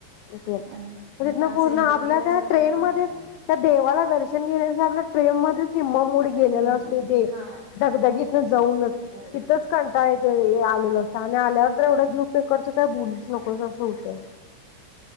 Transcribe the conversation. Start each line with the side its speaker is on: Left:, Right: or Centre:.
Left: तिथन
Right: आणि असं
Left: पूर्ण
Right: एन्जॉय
Left: आपल्या
Right: केल्यासारखं
Left: त्या ट्रेन
Right: पण वाटणार
Left: मध्ये त्या
Right: नाही.
Left: देवाला दर्श <inaudible> आपल्या ट्रेन मधेच निम्म मूड गेलेला
Right: निम्मा
Left: असतोय
Right: दिवस
Left: ते
Right: हा
Left: धगधगीत जाऊनच
Right: बरोबर
Left: तिथच कंटाळ येतोय येआई आणि आल्यावर तर एवढा जीव पेकडतोय काय बोलूच नकों अस होतंय